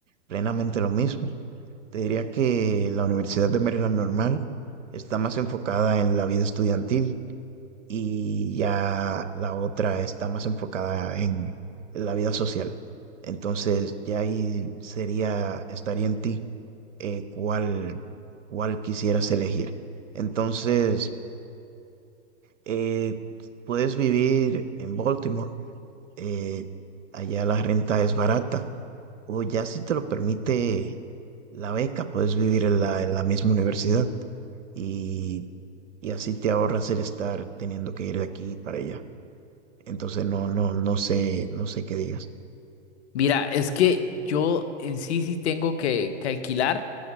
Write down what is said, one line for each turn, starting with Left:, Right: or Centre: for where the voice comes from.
Right: plenamente lo mismo. Te diría que la Universidad de Maryland normal está más enfocada en la vida estudiantil y ya la otra está más enfocada en, la vida social. Entonces ya ahí sería, estaría en ti eh, cuál, cuál quisieras elegir. Entonces, eh, puedes vivir en Baltimore, eh, allá la renta es barata, o ya si te lo permite la beca, puedes vivir en la, en la misma universidad y, y así te ahorras el estar teniendo que ir de aquí para allá. Entonces no, no, no sé, no sé qué digas.
Left: Mira, es que yo en sí sí tengo que que alquilar.